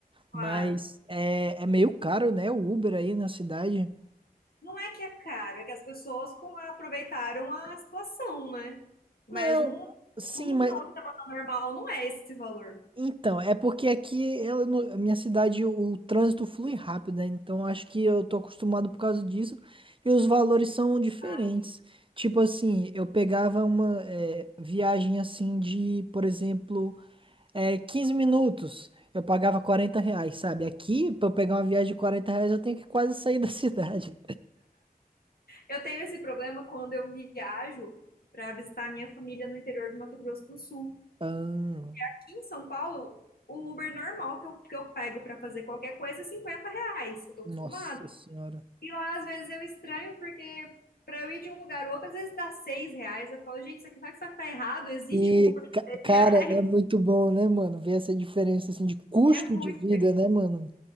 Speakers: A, on the left; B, on the right.
A: claro.
B: Mas é, é meio caro, né? O Uber aí na cidade.
A: Não é que é caro, é que as pessoas com- aproveitaram a situação, né? Mas
B: Não,
A: num,
B: sim,
A: num
B: mas
A: final de semana normal não é esse valor.
B: Então, é porque aqui, eu, não- a minha cidade, o, trânsito flui rápido, né? Então, acho que eu tô acostumado por causa disso. E os valores são diferentes.
A: Ah, sim.
B: Tipo assim, eu pegava uma é, viagem assim de, por exemplo, é, 15 minutos. Eu pagava 40 reais, sabe? Aqui, pra eu pegar uma viagem de 40 reais, eu tenho que quase sair da <laughs> cidade.
A: Eu tenho esse problema quando eu viajo para visitar a minha família no interior do Mato Grosso do Sul.
B: Ah,
A: aqui em São Paulo, o Uber normal que eu, que eu pego para fazer qualquer coisa é 50 reais. Eu tô acostumada.
B: nossa senhora.
A: E lá, às vezes, eu estranho porque para eu ir de um lugar ao outro, às vezes dá 6 reais. Eu falo, gente, isso aqui, será que isso aqui tá errado? Existe
B: E,
A: um Uber de
B: ca-
A: 6
B: cara,
A: reais.
B: é
A: <laughs>
B: muito bom, né, mano? Ver essa diferença assim de custo
A: É muito,
B: de vida, né, mano?